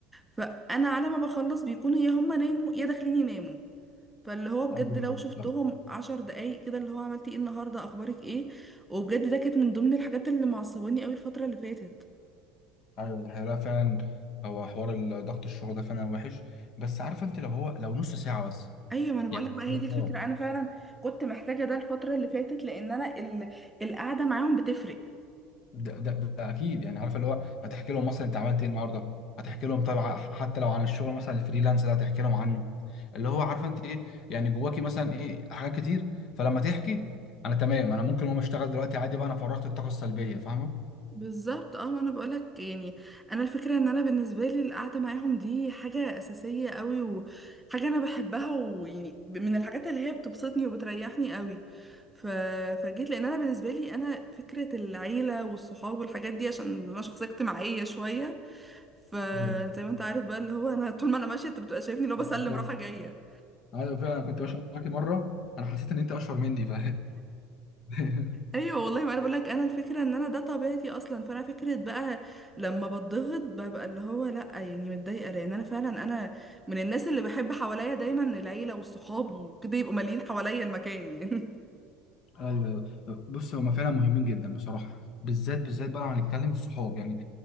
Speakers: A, in the centre; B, on the left (about 40°).
A: فانا على ما بخلص بيكونوا يا هم ناموا يا داخلين يناموا فاللي هو بجد
B: أيوة،
A: لو
B: بالظبط.
A: شفتهم عشر دقايق كده اللي هو عملتي ايه النهارده اخبارك ايه وبجد ده كانت من ضمن الحاجات اللي معصباني قوي الفتره اللي فاتت
B: ايوه دي حقيقة لا فعلا هو حوار ال- ضغط الشغل ده فعلا وحش بس عارفه انت لو هو لو نص ساعه بس
A: ايوه ما انا بقول
B: يعني
A: لك بقى هي
B: اه
A: دي الفكره انا فعلا كنت محتاجه ده الفتره اللي فاتت لان انا ال... القعده معاهم بتفرق
B: ده, ده, ده اكيد يعني عارفه اللي هو هتحكي لهم مثلا انت عملت ايه النهارده هتحكي لهم طبعا حتى لو عن الشغل مثلا الفريلانس ده هتحكي لهم عنه اللي هو عارفه انت ايه يعني جواكي مثلا ايه حاجات كتير فلما تحكي انا تمام انا ممكن اقوم اشتغل دلوقتي عادي بقى انا فرغت الطاقه السلبيه فاهمه
A: بالظبط اه ما انا بقول لك يعني انا الفكره ان انا بالنسبه لي القعده معاهم دي حاجه اساسيه قوي وحاجه انا بحبها ويعني ب- من الحاجات اللي هي بتبسطني وبتريحني قوي ف... فجيت لان انا بالنسبه لي انا فكره العيله والصحاب والحاجات دي عشان انا شخصيه اجتماعيه شويه فزي
B: ايوه
A: ما انت عارف بقى اللي هو انا طول ما انا ماشيه انت بتبقى شايفني لو بسلم
B: بالظبط.
A: رايحه جايه
B: ايوه فعلا كنت ماشي معاكي مره انا حسيت ان انت اشهر مني ف <laughs>
A: ايوه والله ما انا بقول لك انا الفكره ان انا ده طبيعتي اصلا فانا فكره بقى لما بتضغط ببقى اللي هو لا يعني متضايقه لان انا فعلا انا من الناس اللي بحب حواليا دايما العيله والصحاب وكده يبقوا مالين حواليا المكان يعني
B: ايوه أيوة. بص هما فعلا مهمين جدا بصراحه بالذات بالذات بقى لو هنتكلم الصحاب يعني